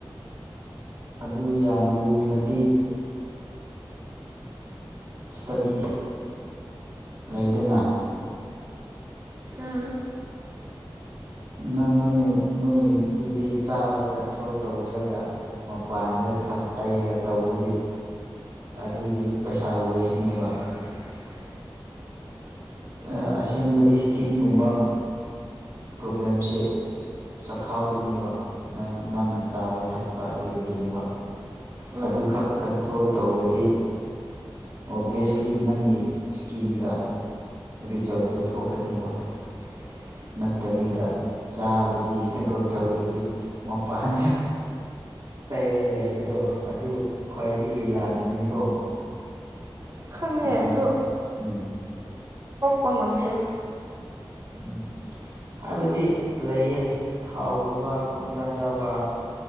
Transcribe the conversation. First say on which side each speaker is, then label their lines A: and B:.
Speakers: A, on the right; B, on the right.
A: ꯑꯗꯨ ꯌꯥꯝ ꯂꯨꯅꯗꯤ ꯏꯁꯇꯗꯤꯗꯤ ꯂꯩꯗꯅ
B: ꯎꯝ
A: ꯅꯪ ꯅꯣꯏꯅ ꯅꯣꯏꯗꯨꯗꯤ ꯆꯥꯕ ꯀꯟꯇ꯭ꯔꯣꯜ ꯇꯧꯗ꯭ꯔꯒ ꯃꯄꯥꯟꯗ ꯈꯛ ꯇꯩꯔ ꯇꯧꯕꯗꯤ ꯑꯗꯨꯗꯤ ꯄꯩꯁꯥ ꯋꯦꯁꯅꯦꯕ
B: <inaudible>
A: ꯑ ꯑꯁꯦꯡꯕꯗꯤ ꯏꯁꯀꯤꯟꯒꯨꯝꯕ ꯄ꯭ꯔꯣꯕ꯭ꯂꯦꯝꯁꯦ ꯈꯥꯎꯗꯣꯏꯅꯦꯕ ꯅꯪ ꯅꯪꯅ ꯆꯥꯕ ꯊꯛꯄ ꯑꯗꯨꯗꯒꯤꯅꯦꯕ
B: ꯎꯝ
A: ꯑꯗꯨꯈꯛ ꯀꯟꯇ꯭ꯔꯣꯜ ꯇꯧꯔꯗꯤ ꯑꯣꯚꯤꯌꯁꯂꯤ ꯅꯪꯒꯤ ꯏꯁꯀꯤꯟꯗ ꯔꯤꯖꯜꯇꯨ ꯊꯣꯛꯀꯅꯦꯕ
B: <inaudible>
A: ꯅꯠꯇꯕꯤꯗ ꯆꯥꯕꯗꯤ ꯀꯟꯇ꯭ꯔꯣꯜ ꯇꯧꯗꯕꯤ ꯃꯄꯥꯟꯅ ꯇꯩꯔ ꯂꯩꯕꯗꯣ ꯑꯗꯨ ꯈ꯭ꯋꯥꯏꯗꯒꯤ ꯂꯥꯟꯕꯅꯤꯀꯣ
B: ꯈꯪꯉꯦ
A: ꯑꯗꯨꯗꯣ
B: ꯑꯗꯨ
A: ꯎꯝ
B: ꯄꯉꯝꯗꯦ
A: ꯎꯝ ꯍꯥꯏꯕꯗꯤ ꯂꯩꯌꯦ ꯊꯥꯎꯒꯨꯝꯕ ꯄꯪꯆꯥ ꯆꯥꯕ